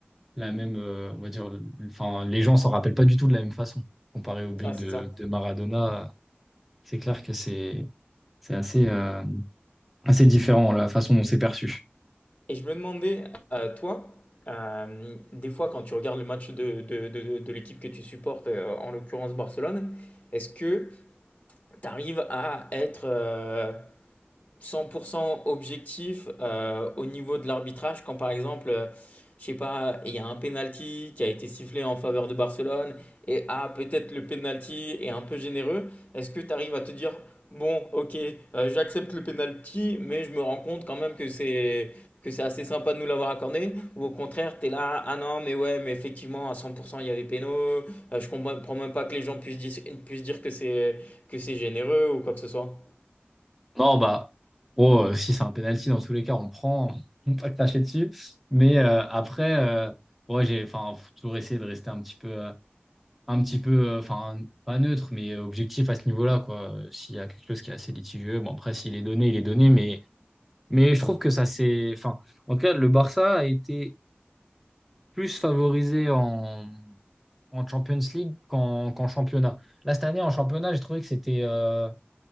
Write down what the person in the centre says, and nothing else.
la même, euh, on va dire, le- enfin, les gens s'en rappellent pas du tout de la même façon. Comparé au but
de,
de Maradona, c'est clair que c'est c'est assez, euh, assez différent la façon dont c'est perçu.
Non, bah, oh, euh, si c'est un penalty, dans tous les cas, on le prend, <laughs> on peut pas cracher dessus. Mais euh, après, euh, ouais, j'ai, enfin, faut toujours essayer de rester un petit peu, euh, un petit peu, euh, enfin, pas neutre, mais euh, objectif à ce niveau-là, quoi. Euh, S'il y a quelque chose qui est assez litigieux, bon, après, s'il est donné, il est donné. Mais, mais je trouve que ça, c'est, enfin, en tout cas, le Barça a été plus favorisé en, en Champions League qu'en qu'en championnat. Là, cette année, en championnat, j'ai trouvé que c'était, euh,